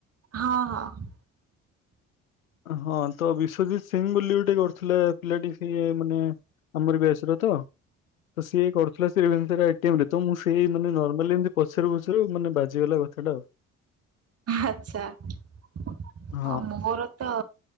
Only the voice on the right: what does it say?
ହଁ ହଁ।
ଆଛା ଆଉ
ମୋହର ତ